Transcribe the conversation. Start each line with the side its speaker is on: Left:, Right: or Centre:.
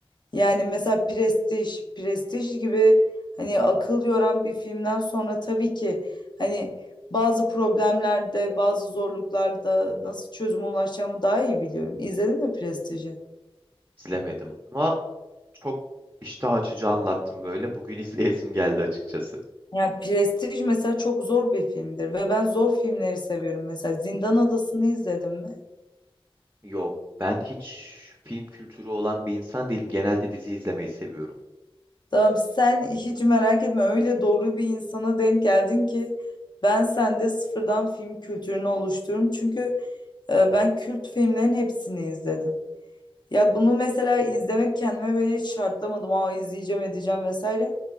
Left: Yani mesela Prestij, Prestij gibi hani akıl yoran bir filmden sonra tabii ki hani bazı problemlerde, bazı zorluklarda nasıl çözüme ulaşacağımı daha iyi biliyorum. İzledin mi Prestij'i?
Right: İzlemedim ama çok iştah açıcı anlattım böyle. Bugün <laughs> izleyesim geldi açıkçası.
Left: Ya Prestij mesela çok zor bir filmdir ve ben zor filmleri seviyorum. Mesela Zindan Adası'nı izledin mi?
Right: Yok. Ben hiç film kültürü olan bir insan değilim. Genelde dizi izlemeyi seviyorum.
Left: Tamam sen hiç merak etme öyle doğru bir insana denk geldin ki ben sende sıfırdan film kültürünü oluştururum. Çünkü e, ben kült filmlerin hepsini izledim. Ya bunu mesela izlemek kendime böyle hiç şartlamadım. Aa izleyeceğim edeceğim vesaire.